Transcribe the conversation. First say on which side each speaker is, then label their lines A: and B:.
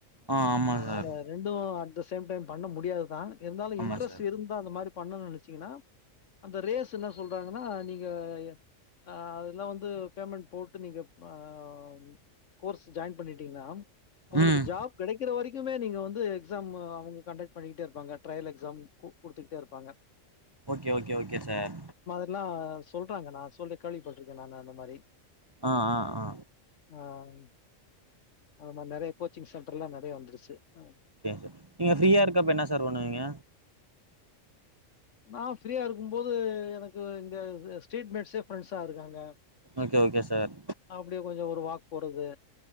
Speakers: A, on the right; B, on the left.
A: ஆ ஆமா
B: ஆனால
A: சார்
B: ரெண்டு அட் த சேம் டைம் பண்ண முடியாதுதா இருந்தாலு
A: ஆமா
B: இன்ட்ரெஸ்ட்
A: சார்
B: இருந் தா அந்த மாரி பண்ணுனு நெனச்சீங்கன்னா அந்த ரேஸ் என்ன சொல்றாங்கன்னா நீங்க எ அ தெல்லா வந்து பேமெண் போட்டு நீங்க வாவு கோர்ஸ் ஜாய்ன் பண்ணிட்டீங்னாம் உங்களுக்கு
A: ம்
B: ஜாப் கிடைக்கற வரைக்குமே நீங்க வந்து எக்ஸாம்மு அவங்க கண்டக்ட் பண்ணிக்கிட்டே இருப்பாங்க ட்ரைய்ல் எக்ஜாம் கு குடுத்துக்ட்டே இருப்பாங்க
A: ஓகே ஓகே ஓகே சார்
B: ல்லா சொல்றாங்க நா சொல்லி கேலிப்பட்ருக்கே நானா அந்த மாரி
A: அ அ ஆ
B: ஆங் அது மாரி நெறைய கோச்சிங் சென்ட்ர்லா நெறைய வந்துருச்சே அ
A: கேச நீங்கள் ஃப்ரீயா இருக்கப்ப என்ன சார் பண்ணுவீங்க
B: நா ஃப்ரீயா இருக்கும் போது எனக்கு இங்க த ஸ்டேட்மெட்ஸே ஃப்ரண்ஸா இருக்காங்க
A: ஓகே ஓகே சார்
B: அப்டியே கொஞ்சோ ஒரு வாக் போறது